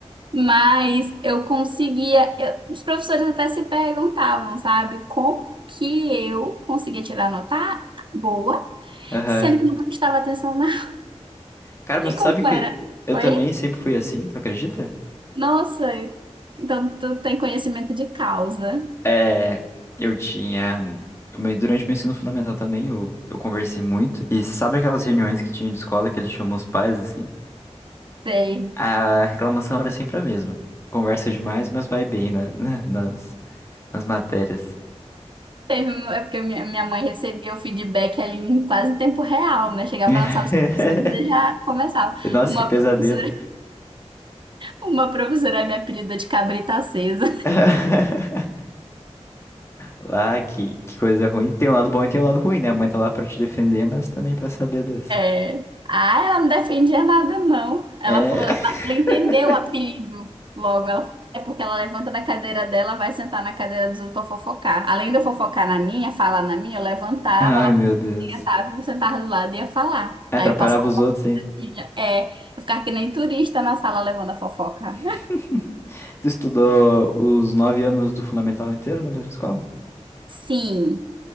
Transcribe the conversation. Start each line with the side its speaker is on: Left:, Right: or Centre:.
Right: mas eu conseguia. eu- os professores até se perguntavam, sabe, como que eu conseguia tirar nota boa,
Left: Aham.
Right: sendo que eu não prestava atenção na. <laughs>
Left: Cara,
Right: E
Left: mas tu
Right: como
Left: sabe que
Right: era?
Left: eu
Right: Oi?
Left: também sempre fui assim, tu acredita?
Right: Nossa, então tu tem conhecimento de causa.
Left: É, eu tinha. mas Durante o meu ensino fundamental também eu, eu conversei muito. E sabe aquelas reuniões que tinha de escola que eles chamam os pais assim?
Right: Sei.
Left: A reclamação era sempre a mesma. Conversa demais, mas vai bem na, na- <laughs> nas, nas matérias.
Right: Teve, um- é porque minha, minha mãe recebia o feedback ali em quase tempo real, né? Chegava
Left: <laughs>
Right: na sala dos professores e já começava.
Left: Nossa,
Right: Uma
Left: que pesadelo.
Right: professora, <laughs> uma professora me apelida de cabrita acesa.
Left: <laughs> Lá, que, que coisa ruim. Tem um lado bom e tem um lado ruim, né? A mãe tá lá pra te defender, mas também pra saber das.
Right: É. Ah, ela não defendia nada, não. Ela
Left: É.
Right: falou, ela
Left: <laughs>
Right: entendeu o apelido logo. Ela falou, é porque ela levanta da cadeira dela, vai sentar na cadeira dos outros pra fofocar. Além de eu fofocar na minha, falar na minha, eu levantava,
Left: Ai,
Right: ela
Left: meu Deus.
Right: tava, eu sentava do lado e ia falar.
Left: Atrapalhava
Right: Aí eu passava,
Left: os outros
Right: a
Left: ainda.
Right: pilha. é, eu ficava que nem turista na sala levando a fofoca.
Left: <laughs> Tu estudou os nove anos do fundamental inteiro na mesma escola?
Right: Sim.